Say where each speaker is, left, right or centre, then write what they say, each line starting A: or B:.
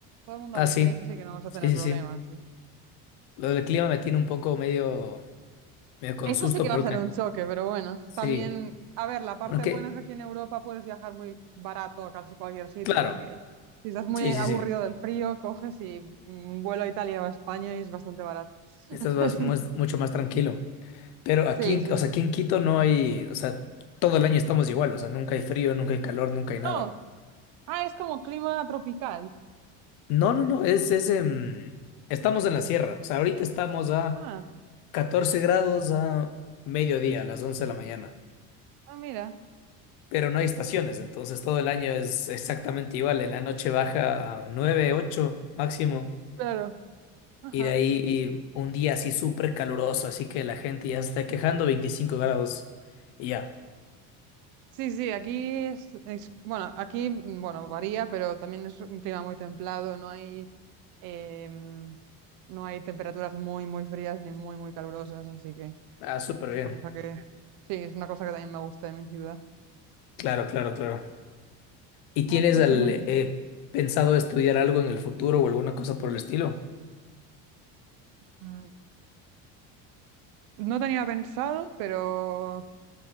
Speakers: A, on the right; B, on the left.
A: todo el mundo
B: ah,
A: habla
B: sí,
A: inglés, así que no vas a
B: sí,
A: tener
B: sí,
A: problemas.
B: sí.
A: sí.
B: Lo del clima me tiene un poco medio, medio con
A: Eso
B: susto,
A: sí que va
B: porque,
A: a ser un choque, pero bueno,
B: sí,
A: también, a ver, la parte
B: porque,
A: buena es que aquí en Europa puedes viajar muy barato a casi cualquier sitio,
B: claro,
A: así que si estás muy
B: sí, sí,
A: aburrido
B: sí,
A: del frío, coges y mm, un vuelo a Italia o a España y es bastante barato. <laughs>
B: estás más- más- mucho más tranquilo. Pero
A: Sí,
B: aquí, en-
A: sí,
B: o sea,
A: sí.
B: aquí en Quito no hay, o sea, todo el año estamos igual, o sea, nunca hay frío, nunca hay calor, nunca hay nada.
A: No, ah, es como clima tropical.
B: No, no, no, es, es, em, estamos en la sierra, o sea, ahorita estamos a
A: Ah,
B: 14 grados a mediodía, a las 11 de la mañana.
A: ah, mira,
B: pero no hay estaciones, entonces todo el año es exactamente igual. En la noche baja a 9, 8 máximo,
A: claro. Ajá.
B: y de ahí un día así súper caluroso, así que la gente ya se está quejando, 25 grados, y ya.
A: Sí, sí, aquí es, es- bueno, aquí, mm, bueno, varía, pero también es un clima muy templado, no hay Em, no hay temperaturas muy, muy frías ni muy, muy calurosas, así que
B: Ah, súper bien.
A: una cosa que sí, es una cosa que también me gusta de mi ciudad.
B: Claro, claro, claro. ¿Y
A: Así
B: tienes el,
A: que muy
B: eh,
A: bien.
B: pensado estudiar algo en el futuro o alguna cosa por el estilo?
A: Mm, No tenía pensado, pero